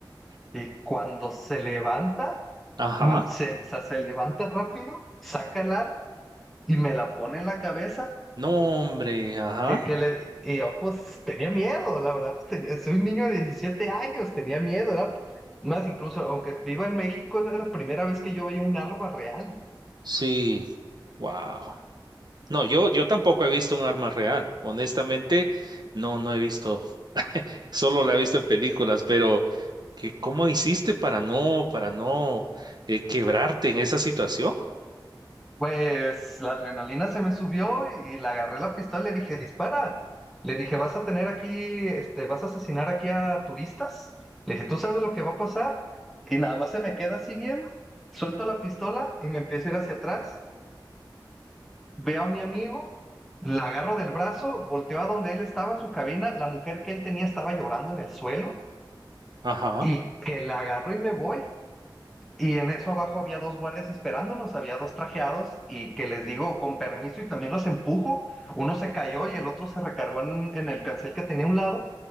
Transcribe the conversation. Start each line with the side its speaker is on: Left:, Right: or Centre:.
Centre: Y cuando se levanta,
Right: Ajá.
Centre: mm, se, o sea, se levanta rápido, saca el ar y me la pone en la cabeza.
Right: No, hombre. Ajá.
Centre: Y, que le, y yo, pues, tenía miedo, la verdad, pues, tenía, soy un niño de 17 años, tenía miedo, era- Más incluso, aunque viva en México, era la primera vez que yo veía un arma real.
Right: Sí. Wow. No, yo, yo tampoco he visto un arma real. Honestamente, no, no he visto. Solo la he visto en películas, pero que ¿cómo hiciste para no, para no eh, quebrarte en esa situación?
Centre: Pues la adrenalina se me subió y, y le agarré la pistola y le dije, dispara. Le dije, vas a tener aquí, este, vas a asesinar aquí a turistas. Le dije, ¿tú sabes lo que va a pasar? Y nada más se me queda así viendo. Suelto la pistola y me empiezo a ir hacia atrás. Veo a mi amigo, la agarro del brazo, volteo a donde él estaba, su cabina. La mujer que él tenía estaba llorando en el suelo
Right: Ajá.
Centre: y que la agarro y me voy. Y en eso abajo había dos guardias esperándonos, había dos trajeados y que les digo con permiso y también los empujo. Uno se cayó y el otro se recargó en, en el cancel que tenía a un lado.